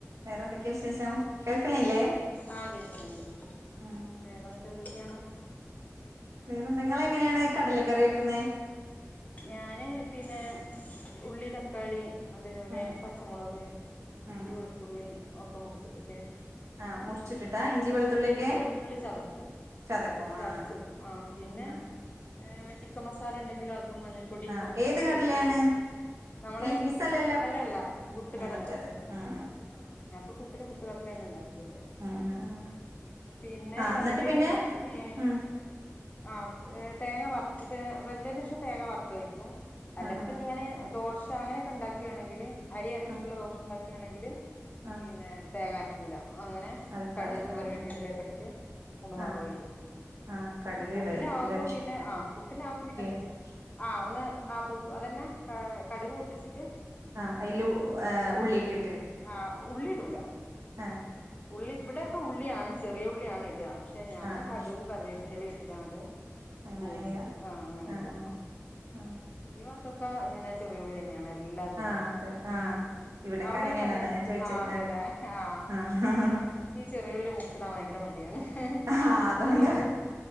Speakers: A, on the right (about 70°); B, on the left (about 30°).
A: വേറെന്തൊക്കെ വിശേഷം കേൾക്കണില്ലേ?
B: ആഹ് കേക്ക്ണ്ട്
A: ഉം
B: വേറെന്നിട്ട് എന്തൊക്കെയാണ്
A: വേറെന്താ ങ്ങള് എങ്ങനെയാണ് കടല കറി വെക്കുന്നെ?
B: ഞാന് പിന്നെ ഉള്ളി തക്കാളി അതേപോലെ
A: ഉം
B: പച്ചമുളക് ഇഞ്ചി
A: ഉം ഉം
B: വെളുത്തുള്ളി ഒക്കെ മുറിച്ചിട്ടിട്ട്,
A: ആ മുറിച്ചിട്ടിട്ടാ ഇഞ്ചി
B: ആഹ്
A: വെളുത്തുള്ളിയൊക്കെ
B: ഇല്ല ഇഞ്ചി വെളുത്തുള്ളി ചതക്കും
A: ചതക്കും
B: ചതച്ചിടും
A: ആ
B: ആഹ് പിന്നെ
A: ആ
B: ഏഹ് ചിക്കൻ മസാലണ്ടെങ്കില് അതും മഞ്ഞ പൊടി
A: ആ
B: കൊർച്ച്
A: ഏത്
B: മല്ലിപ്പൊടി
A: കടലയാണ്
B: നാളെ
A: ഗ്രീൻ പീസ്
B: പുട്ട്
A: അല്ലല്ലോ
B: അല്ല ല്ല പുട്ട്കടല്ല
A: ഉം മറ്റേത് ഉം
B: ആഹ് ഞാന്പ്പോ പുട്ടിന് പുട്ടുകടലേണ് ണ്ടാക്കിയത്
A: ഉം ഉം ഉം
B: പിന്നെ
A: ആ എന്നിട്ട്
B: അതില്
A: പിന്നെ
B: ഏഹ്
A: ഉം
B: ആഹ് ഏഹ് തേങ്ങ വറ്ത്തത് വെന്തേന്റെഷം തേങ്ങ വറ്ത്തൊയ്ക്കും അല്ലെങ്കി
A: ആ ആ
B: പിന്നെ ഞാന് ദോശ അങ്ങനെക്കെണ്ടാക്കാണെങ്കില് അരി അരച്ച്ട്ട്ള്ള
A: ആ
B: ദോശ ണ്ടാക്കാണെങ്കില്
A: ആ
B: പിന്നെ തേങ്ങർക്കൂല അങ്ങനെ
A: അരക്കാതെ
B: കട്കും
A: ആ
B: കറിവേപ്പിന്റെലെക്കെട്ട്ട്ട്
A: ആ
B: ഒന്ന് വറവെയ്യും
A: ആ ആ
B: ആഹ്
A: കടുക്
B: പുട്ടിനാവുമ്പോ
A: ഇടുവായിരിക്കുംല്ലേ
B: പിന്നെ ആഹ് പുട്ടിനാവുമ്പം പിന്നെ
A: <inaudible>
B: ആഹ് ഒന്ന് ആഹ് തൂ അതെന്നെ കട്ക് പൊട്ടിച്ചിട്ട്.
A: ആഹ് അയ്‌ല് ഏഹ് ഉള്ളിട്ട്ട്ട്.
B: ആഹ് ഉള്ളിടൂല.
A: ആഹ്
B: ഉള്ളി ഇബടെക്കെ ഉള്ളിയാണ് ചെറിയുള്ളിയാണ് ടാ പക്ഷെ ഞാന്
A: ആ ആ
B: കട്കും കറിവേപ്പിന്റെലിട്ട്ട്ടങ്ങട്ട് <unintelligible>
A: അങ്ങനെ ചെയ്യാ
B: ആഹ് അങ്ങനെ
A: ആ
B: ചെയ്യും
A: ആ ഉം
B: ഈ ഭാത്തൊക്കെ അങ്ങനെ ചെ ചെറിയുള്ള്യന്നെണ് എല്ലാ തിലും
A: ആഹ് അതെ ആഹ്
B: ഉം
A: ഇവിടൊക്കെ
B: അവടെ
A: അങ്ങനെയാണ് അതാ
B: ആണ്
A: ഞാൻ ചോയിച്ചേ
B: ആഹ് അതെല്ലേ ആഹ്
A: ആഹ്
B: ഇൻക്ക് ചെറിയുള്ളി മുർച്ച്ടാൻ ഭയങ്കര മടിയാണ്. ഹ.
A: ആഹ് അതുകൊണ്ട്
B: നല്ല